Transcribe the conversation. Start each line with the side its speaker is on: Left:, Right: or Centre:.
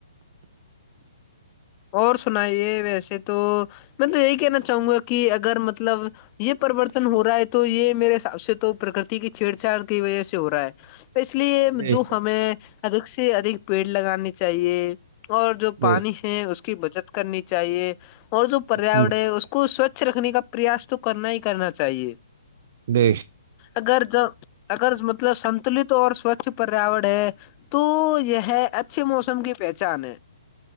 Left: اور سنائیے ویسے تو میں تو یہی کہنا چاہوں گا کہ اگر مطلب یہ پرریوررتن ہو رہا ہے تو یہ میرے حساب سے تو پرکرتی کی چھیڑ چھاڑ کی وجہ سے ہو رہا ہے اس لیے
Right: بے
Left: جو
Right: شک
Left: ہمیں ادھک سے ادک پیڑ لگانے چاہیے اور جو
Right: بے
Left: پانی
Right: شک
Left: ہے اس کی بچت کرنی چاہیے اور جو پریاور
Right: الحمد
Left: ہے
Right: للہ
Left: اس کو سوچھ رکھنے کا پریاس تو کرنا ہی کرنا چاہیے
Right: دش
Left: اگر ج اگر مطلب سنتلت اور سوچھ پریاور ہے تو یہ اچھے موسم کی پہچان ہے